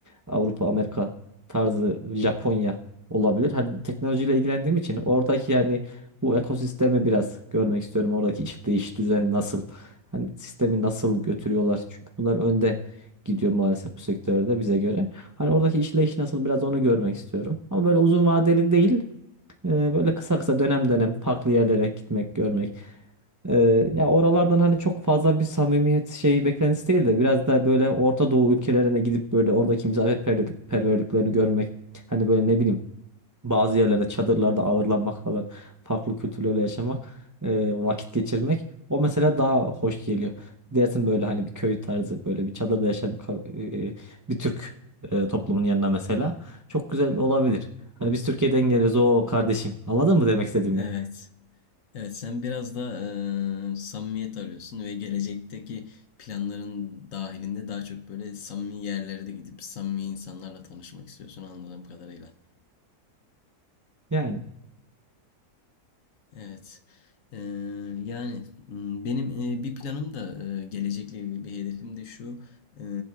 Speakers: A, on the right; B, on the left.
A: Avrupa Amerika tarzı Japonya olabilir. Hani teknolojiyle ilgilendiğim için oradaki yani bu ekosistemi biraz görmek istiyorum. Oradaki işte iş düzen nasıl? Hani sistemi nasıl götürüyorlar? Çünkü bunlar önde gidiyor maalesef bu sektörde bize göre. Hani oradaki işleyiş nasıl biraz onu görmek istiyorum. Ama böyle uzun vadeli değil. e, böyle kısa kısa dönem dönem farklı yerlere gitmek, görmek. E, ya oralardan hani çok fazla bir samimiyet şeyi beklentisi değil de biraz da böyle Orta Doğu ülkelerine gidip böyle oradaki misafirperverliklerini görmek. Hani böyle ne bileyim bazı yerlerde çadırlarda ağırlanmak falan, farklı kültürlerle yaşamak, e, vakit geçirmek. O mesela daha hoş geliyor. Dersin böyle hani bir köy tarzı böyle bir çadırda yaşayan bir ka- e, bir Türk e, toplumun yanına mesela. Çok güzel olabilir. Hani biz Türkiye'den geliyoruz o kardeşim. Anladın mı demek istediğimi?
B: evet. Evet, sen biraz da e, samimiyet arıyorsun ve gelecekteki planların dahilinde daha çok böyle samimi yerlere de gidip samimi insanlarla tanışmak istiyorsun anladığım kadarıyla.
A: Yani.
B: Evet. Ee, yani m, benim e, bir planım da e, gelecekle ilgili bir hedefim de şu e,